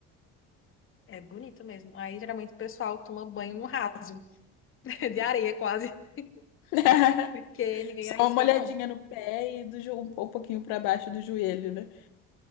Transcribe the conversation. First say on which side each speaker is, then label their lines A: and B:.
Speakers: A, on the left; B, on the left.
A: É bonito mesmo. Aí, geralmente, o pessoal toma banho no raso, <laughs> de areia quase.
B: <laughs>
A: <laughs> Porque ninguém
B: Só
A: arrisca,
B: uma olhadinha
A: não.
B: no pé e do jo- um pouquinho pra baixo do joelho, né?